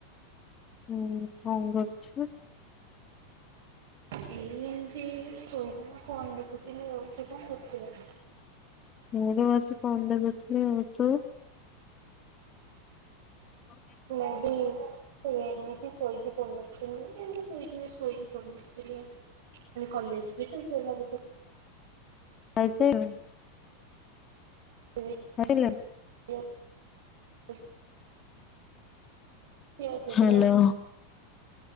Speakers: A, on the left; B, on the right.
A: ହୁଁ କଣ କରୁଛୁ?
B: ଏଇମିତି ଶୋଇକିନା ଫୋନ ଦେଖୁଥିଲି ଆଉ ତୁ କଣ କରୁଥିଲୁ?
A: ମୁଁ ବସି ଫୋନ ଦେଖୁଥିଲି ଆଉ ତୁ? ଓ
B: ସେ ବି ସେଇ ଏମିତି ଶୋଇକି ଫୋନ ଦେଖୁଥିଲି ଏମିତି ଶୋଇକି ଶୋଇକି ଫୋନ ଦେଖୁଥିଲି ଆଉ ଖାଲି କଲେଜ ବି ତ ସେ ଭାବ
A: ଖାଇସାରିଲୁନି?
B: <inaudible>
A: <inaudible>
B: <inaudible> <inaudible>
A: ହ୍ୟାଲୋ